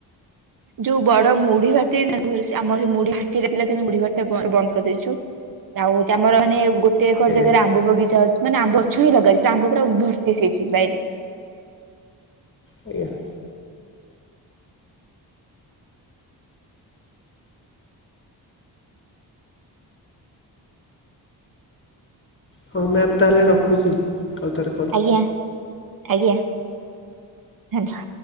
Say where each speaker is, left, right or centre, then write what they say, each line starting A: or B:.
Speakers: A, on the right; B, on the left.
A: ଯୋଉ ବଡ ମୁଢି ଭାଟି ନା ଆମର ସେ ମୁଢି ଭାଟିରେ ଥିଲା କିନ୍ତୁ ମୁଢି ଭାଟି ବନ୍ଦ କରିଦେଇଛୁ। ଆଉ ହଉଛି ଆମର ମାନେ ଗୋଟ ଟେ ଏକର
B: ଆଜ୍ଞା
A: ଜାଗାରେ ଆମ୍ବ ବଗିଚା ଅଛି ମାନେ ଆମ୍ବ ଗଛ ଲଗା ହେଇଚି ପୁରା ଆମ୍ବ ଭର୍ତି ହେଇଛି ବାଇରେ
B: ଆଜ୍ଞା। ହଁ ମ୍ୟାମ୍ ତା ହେଲେ ରଖୁଛି ଆଉଥର
A: ଆଜ୍ଞା ଆଜ୍ଞା ଧନ୍ୟ